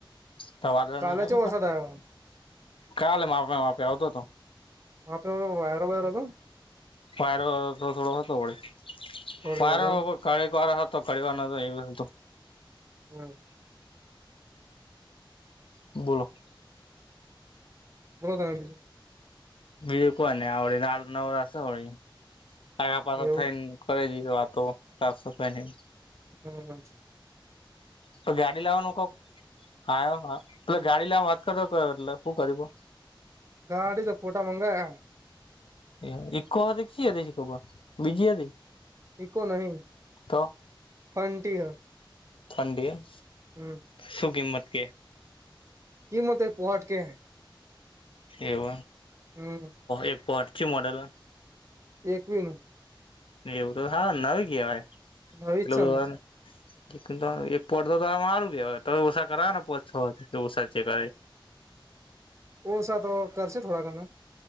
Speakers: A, on the left; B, on the right.
A: તોવાદ
B: કાલે
A: નહીં, હ
B: ચેવો
A: બેસા.
B: વરસાદ આયો
A: કાલે માપે માપે આવતો હતો.
B: માત્ર વાયરા વાયર હતો.
A: વાયરો તો થોડો હતો, વડે
B: થોડો
A: પરો.
B: થોડો એમ
A: કળ વાર હતો તો કળવા એ.
B: હમ.
A: બોલો.
B: બોલો.
A: બીજું કવાને આવળ નાલ નગરશે, હોળ આખાપછ
B: એવું
A: થાય. કરે જઈ વાતો, સાફ પહેની.
B: હમ, હમ.
A: તો ગાડી લાવવાનું કોક, હા હા. તું ગાડી લેવા વાત કરતો, એટલે શું કયું?
B: ગાડી તો ફોટા મંગાયા.
A: એ ઈકો હ દીખતી હતી, બીજી હતી?
B: ઇકો નહીં,
A: તો
B: ફંટી હ.
A: મંડી હતી.
B: હમ.
A: શું કિંમત કે?
B: કિંમત કે, કોટ કે?
A: એવ
B: હમ
A: એક પરી મોડેલ.
B: એકકવીન.
A: એવું તો હા ન કેહેવાય,
B: નવી
A: એટલે
B: જ છંદ
A: બધા એક પોટ તો તો મારું ગ હોય તો ઉષા કરાવ ને, પો ઉષા ચેકે.
B: ઓસા તો કરશે, થોડા કામ.